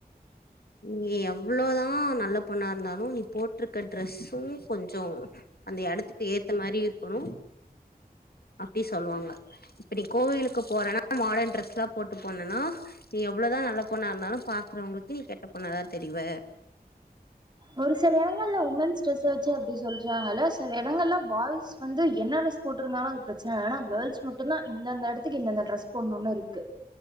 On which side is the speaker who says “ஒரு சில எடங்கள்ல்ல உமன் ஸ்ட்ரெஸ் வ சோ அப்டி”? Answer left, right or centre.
Right